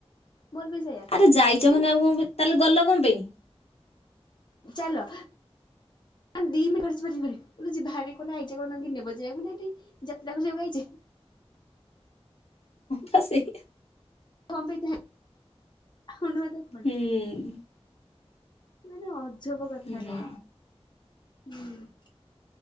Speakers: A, on the left; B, on the left.
A: ମୋର ବି ସେଇଆ
B: ଆରେ ଯାଇଛ
A: କି
B: ମାନେ ଆଉ କଣ ତାହେଲେ ଗଲ କଣ ପାଇଁ?
A: ଚାଲ ଆ ଦି ମିନିଟ <unintelligible> ବାହାରି କଣ ଆଇଛ କଣ ନେବ ଯିବାକୁ ନା। <unintelligible>
B: ବାସ୍ ଏଇ
A: କଁ ପାଇଁ <unintelligible>
B: ହୁଁ।
A: ମାନେ ଅଜବ କଥାରେ
B: ହୁଁ
A: ହୁଁ।